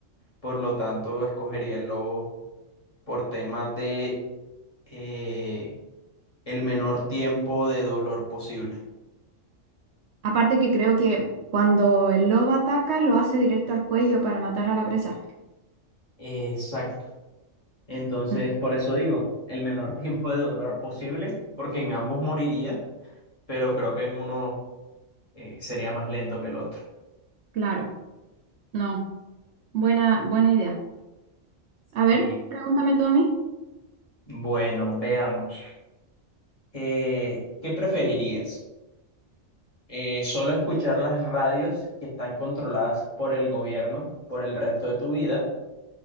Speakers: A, on the left; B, on the right.
A: Por lo tanto, escogería el lobo por temas de eh, el menor tiempo de dolor posible.
B: Aparte que creo que cuando el lobo ataca lo hace directo al cuello para matar a la presa.
A: Exacto. Entonces,
B: Mm,
A: por eso digo, el menor <laughs> tiempo de dolor posible, porque en ambos moriría, pero creo que en uno eh, sería más lento que el otro.
B: Claro, no. Buena, buena idea. A
A: Sí.
B: ver, pregúntame tú a mí.
A: Bueno, veamos. Eh, ¿qué preferirías? Eh, ¿solo escuchar las radios que están controladas por el gobierno por el resto de tu vida?